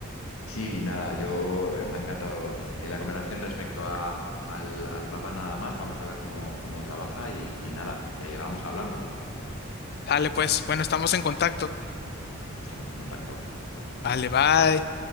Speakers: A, on the left; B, on the left.
A: Sí, nada, yo eh, me ha encantado eh, la conversación respecto a, al, al Papa nada más. Vamos a ver cómo, cómo trabaja y, y nada, eh, vamos hablando.
B: Dale, pues, bueno, estamos en contacto.
A: Estamos en contacto.
B: Vale, bye.